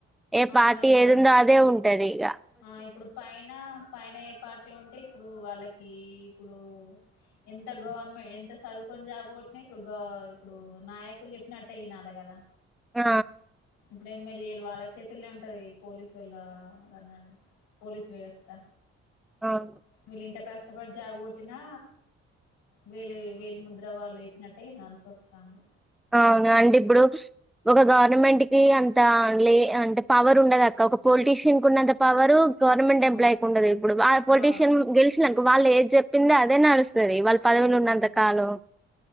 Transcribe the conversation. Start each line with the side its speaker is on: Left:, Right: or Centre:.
Centre: ఏ
Left: ఆ
Centre: పార్టీ
Left: ఇగ
Centre: ఏది ఉందో అదే ఉంటది ఇగ
Left: ఆ ఇప్పుడు పైన పైన ఏ పార్టీ ఉంటే ఇప్పుడు వాళ్ళకి ఇప్పుడు ఎంత గవర్నమెంట్ ఎంత చదువుకుని జాబు కొట్టిన ఇప్పుడు ఇప్పుడు నాయకులు నట్టే వినాలి కదా
Centre: ఆ
Left: ఇప్పుడు ఎమ్మెల్యేలు వాళ్ళ చేతుల్లో ఉంటది పోలీసు వోళ్ళ అన్నా పోలీస్ వ్యవస్థ
Centre: అవును
Left: వీళ్ళు ఇంత కష్టపడి జాబ్ కొట్టినా వేలు వేలు ముద్ర వాళ్ళు చేప్పినట్టే వినాల్సి వస్తంది
Centre: ఔనాండిబ్బుడూ ఒక గవర్నమెంట్ కీ అంతా లే అండ్ పవర్ ఉండదక్క ఒక పొలిటీషియిన్ కున్నంత పవరూ గవర్నమెంట్ ఎంప్లాయ్కుండదు
Left: ఆ
Centre: ఇప్పుడు వా పొలిటీషియన్
Left: ఆ
Centre: గెలిచినాంక్ వాళ్లేద్ జెప్పింద్ అదే నడుస్ త్తది వాళ్ పదవులున్నంతకాలో
Left: ఆ ఇప్పుడు